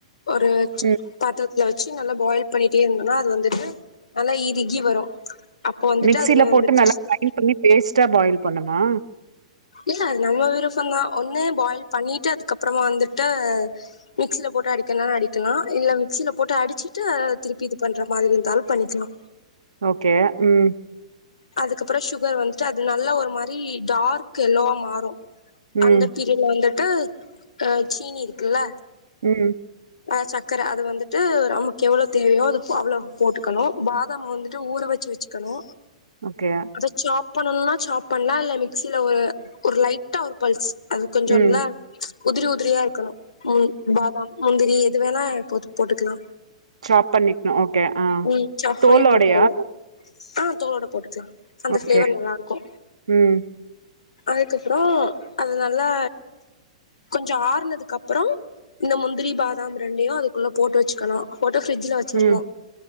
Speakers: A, on the left; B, on the right.
A: ஒரு
B: ம்
A: பாத்தரத்துல வச்சு நல்லா பாயில் பண்ணிட்டே இருந்தோன்னா அது வந்துட்டு நல்லா இருகி வரு அப்போ வந்துட்டு
B: மிக்சீல
A: அதுல
B: போட்டு
A: வந்துட்டு
B: நல்லா
A: சீனி
B: கிரைண்ட் பண்ணி பேஸ்ட்டா பாயில் பண்ணுமா
A: இல்ல அது நம்ம விருப்போந்தா ஒன்னு பாயில் பண்ணிட்டு அதுக்கப்புறமா வந்துட்டு மிக்சில போட்டு அடிக்கனனு அடிக்கலா இல்ல மிக்சில போட்டு அடிச்சிட்டு திருப்பி இது பண்ற மாரி இருந்தாலு பண்ணிக்கலா
B: ஓகே ம்
A: அதுக்கப்புறொ ஷுகர் வந்துட்டு அது நல்லா ஒரு மாரி டார்க் எல்லோவா மாறு
B: ம்
A: அந்த பீரியட்ல வந்துட் ட்டு ஆ சீனி இருக்குல்ல
B: ம்
A: ஆ சக்கர அது வந்துட்டு நமக்கு எவ்ளோ தேவையோ அது அவ்ளோ போட்டுக்கணு பாதாம் வந்துட்டு ஊற வச்சு வச்சுக்கணு
B: ஓகே
A: அத சாப் பண்ணணுன்னா சாப் பண்லா இல்ல மிக்ஸில ஒரு ஒரு லைட்டா ஒரு பல்ஸ் அது கொஞ்சொர்ந்தா
B: ம்
A: உதிரி உதிரியா இருக்கணு ம் பாதாம் முந்தி ரி எது வேணா போத் போட்டுக்கலா
B: சாப் பண்ணிக்ணு ஓகே ஆ
A: ம் சாப்
B: தோலோடையா
A: பண்ணி போட்டுக்கலா ஆ தோலோட போடுக்களா அந்த
B: ஓகே
A: பிஃளேவர் நல்லா இருக்கு
B: ம்
A: அதுக்கப்புறொ அது நல்லா கொஞ்சொ ஆற்னதுக்கு அப்புறொ இந்த முந்திரி பாதாம் ரெண்டையு அதுக்குள்ள போட்டு வச்சுக்கலா போட்டு பிரிஜ்ஜில வச்சிறனு
B: ம்